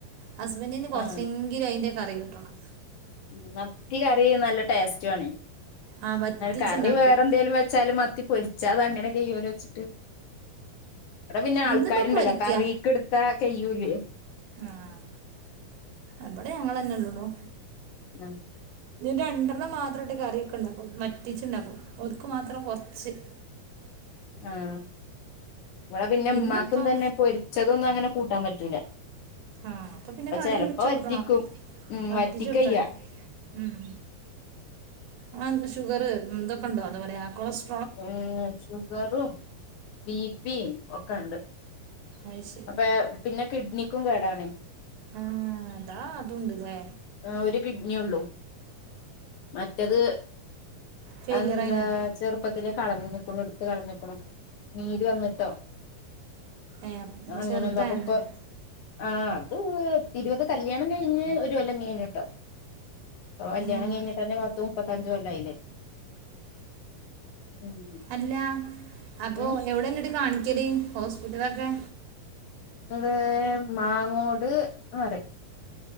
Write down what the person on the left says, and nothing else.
ആഹ്
ഉം മത്തി കറി നല്ല ടേസ്റ്റ് ആണ്.
കറി വേറെന്തേലും വെച്ചാലും മത്തി പൊരിച്ചാ അത് അങ്ങനെ കൈയോലോ വെച്ചിട്ട്, അവ്ടെ പിന്നെ ആൾക്കാര്ണ്ടല്ലോ
കറിക്ക് ഇട്ത്താ കയ്യൂല്ലേ.
ണം.
ആഹ് ഇബടെ പിന്നെ
ഉമ്മാക്കും തന്നെ പൊരിച്ചതൊന്നും അങ്ങനെ കൂട്ടാൻ പറ്റൂല.
ചെലപ്പോ
വറ്റിക്കും
ഉം
വറ്റിക്കയ്യ
ഏഹ് ഷുഗറും ബി പി മം ഒക്കെ ഇണ്ട്.
അപ്പെ പിന്നെ കിഡ്നിക്കും കേടാണ്.
ആഹ് ഒരു കിഡ്നിയേ ഒള്ളൂ. മറ്റത്
എന്താ
ചെർപ് പ്പത്തില് കളഞ്ഞേക്കുണു എടുത്ത് കളഞ്ഞേക്കുണു. നീര് വന്നിട്ടോ.
അങ്ങനെ
എന്താ <unintelligible> ആ അത് ഇരുപത് കല്യാണം കഴിഞ്ഞ് ഒരു കൊല്ലം കഴഞ്ഞിട്ടോ? ഇപ്പ കല്യാണം
കഴിഞ്ഞട്ടന്നെ പത്ത് മുപ്പത്തഞ്ച് കൊല്ലായിലെ. ഉം.
ഉം
അത് മാങ്ങോട് ന്ന് പർയും.